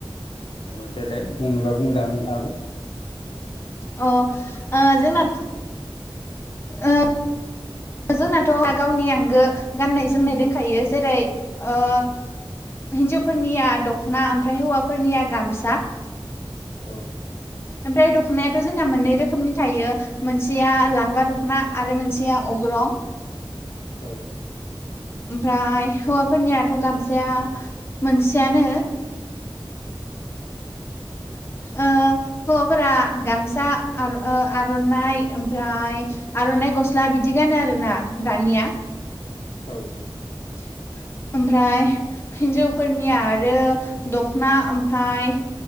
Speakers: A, on the left; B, on the left.
A: अ देलाय बुंनोबा बुंजागोन थाङाबो
B: अ ओ जोंना ओ जोंनाथ' गावनि आंगो गाननाय जोमनाय दोनखायो जेरै ओ हिनजावफोरनिया दख'ना ओमफ्राय हौवाफोरनिया गामसा
A: औ
B: ओमफ्राय दख'नायाथ' जोंना मोननै रोखोमनि थायो मोनसेया लांगा दख'ना आरो मोनसेया अग्रं
A: औ
B: ओमफ्राय हौवाफोरनियाथ' गामसाया मोनसेयानो ओ ओ हौवाफोरा गमसा आं ओ आरनाय ओफ्राय गस स्ला बिदि गानो आरो ना दानिया
A: औ
B: <inaudible> ओमफ्राय हिन्जावफोरनिया आरो दखना ओमफ्राय